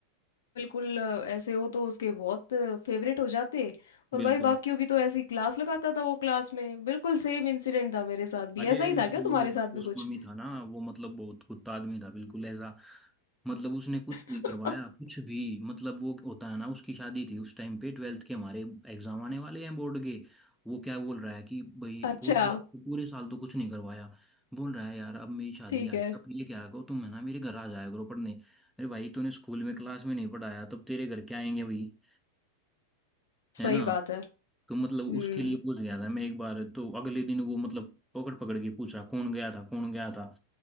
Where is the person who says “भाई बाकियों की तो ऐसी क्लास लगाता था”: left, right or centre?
Left